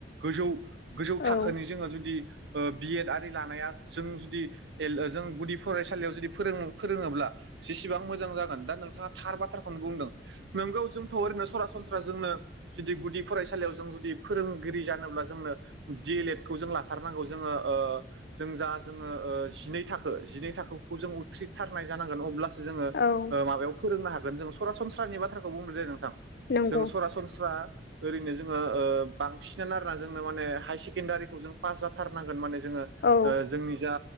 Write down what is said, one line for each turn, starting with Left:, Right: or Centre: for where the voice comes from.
Right: गोजौ गोजौ
Left: औ
Right: थाखोनि जोङो जुदि बिएड आरि लानाया जों जुदि एल जों गुदि फरायसालियाव जुदि फोरों-फोरोङोब्ला जेसेबां मोजां जागोन दा नों थार बाथ्राखौनो बुंदों नोंगौ जोंथ' ओरैनो सरासनस्रा जोंनो जुदि गुदि फरायसालियाव जों जुदि फोरोंगिरि जानोब्ला जोंनो दि एल एड खौ जों लाथारनांगौ जोङो जों जा जोङो जिनै थाखो जिनै थाखोखौ जों उथ्रिथारनाय जानांगोन अब्लासो जोङो
Left: औ
Right: माबायाव फोरोंनो हागोन जों सरासनस्रानि बाथ्राखौ बुंदोदै नोंथां
Left: नंगौ
Right: जों सरासनस्रा ओरैनो जोङो बांसिनानो आरोना जोंनो माने हाय सेकेण्डारिखौ जों पास जाथारनांगोन माने जोङो जोंनि
Left: औ
Right: जा